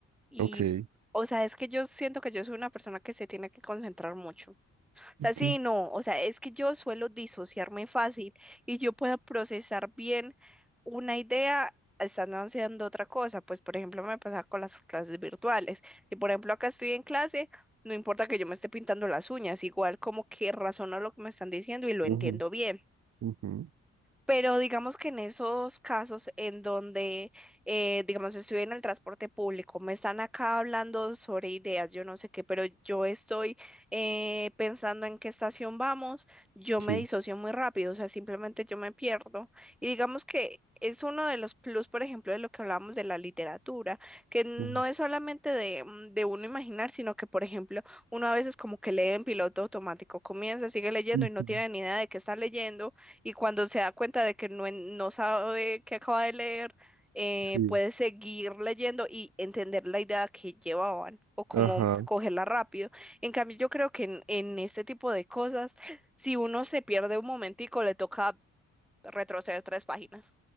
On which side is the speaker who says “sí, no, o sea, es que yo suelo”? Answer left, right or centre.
Centre